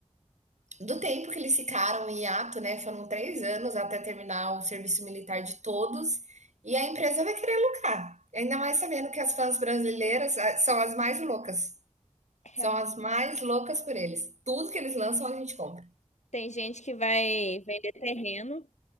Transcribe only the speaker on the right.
do tempo que eles ficaram em hiato, né? Foram três anos até terminar o serviço militar de todos, e a empresa vai querer lucrar. Ainda mais sabendo que as fãs brasileiras ah, são as mais loucas. São
as mais loucas por eles. Tudo que eles lançam, a gente compra.